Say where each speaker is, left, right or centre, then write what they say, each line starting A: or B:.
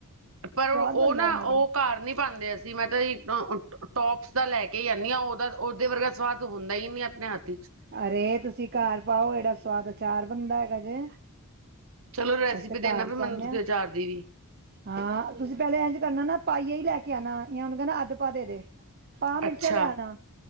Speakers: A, on the right; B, on the right.
A: ਪਰ
B: ਸਵਾਦ
A: ਔ
B: ਬਣਦਾ
A: ਨਾ
B: ਉਹਨਾਂ ਦਾ।
A: ਔ ਘਰ ਨੀ ਪਾਂਦੇ ਅਸੀ, ਮੈਂ ਤਾ ਜੀ ਟੋ--ਟੋਪਸ ਦਾ ਲੈ ਕੇ ਕੇ ਈ ਆਨੀ ਆ ਓਦਾ, ਓਦੇ ਵਰਗਾ ਸਵਾਦ ਹੁੰਦਾ ਈ ਨੀ ਆਪਣੇ ਹੱਥ ਇੱਚ।
B: ਅਰੇ ਤੁਸੀ ਕਾਰ ਪਾਓ, ਏੜਾ ਸਵਾਦ ਅਚਾਰ ਬਣਦਾ ਹੈਗਾ ਜੇ।
A: ਚਲੋ ਰੈਸਿਪੀ
B: ਅਸੀ ਤੇ,
A: ਦੇਣਾ
B: ਕਾਰ
A: ਫਿਰ
B: ਈ
A: ਮੈਨੂੰ
B: ਪਾਣੇ
A: ਤੁਸੀਂ
B: ਆ।
A: ਅਚਾਰ ਦੀ ਵੀ
B: ਹਾਂ, ਤੁਸੀਂ ਪੈਲੇ ਏਜ ਕਰਨਾ ਨਾ ਪਾਈਆ ਈ ਲੈ ਕੇ ਆਣਾ, ਯਾ ਉਨੂੰ ਕੈਣਾ ਅੱਧ ਪਾ ਦੇ-ਦੇ। ਪਾ
A: ਅੱਛਾ
B: ਮਿਰਚਾਂ ਲੈ ਨਾ,